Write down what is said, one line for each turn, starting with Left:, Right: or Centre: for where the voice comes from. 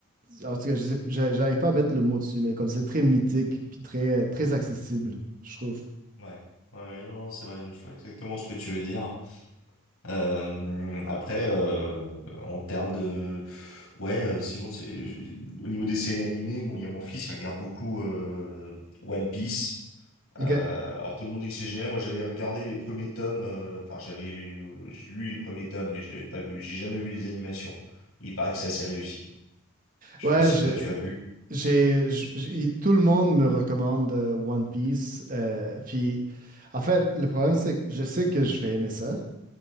Right: de- en tout cas, je sais, j'a- j'arrive pas à mettre le mot dessus, mais comme c'est très mythique puis très, euh, très accessible, je trouve.
Left: Ouais, ouais, non, non, c'est vrai, je vois exactement ce que tu veux dire. Euh, après, euh, en termes de, ouais, euh, sinon, c'est- je- au niveau des séries animées, bon, il y a mon fils, il regarde beaucoup euh, One Piece.
Right: Ok.
Left: Euh, alors tout le monde dit que c'est génial. Moi, j'avais regardé les premiers tomes. euh, Enfin, j'avais j'ai lu les premiers tomes, mais j'avais pas vu. J'ai jamais vu les animations. Il paraît que c'est assez réussi. Je
Right: Ouais,
Left: sais pas si
Right: je-
Left: toi tu as vu.
Right: j'ai, j'- j'ai- tout le monde me recommande euh, One Piece. euh, puis, en fait, le problème, c'est que je sais que je vais aimer ça.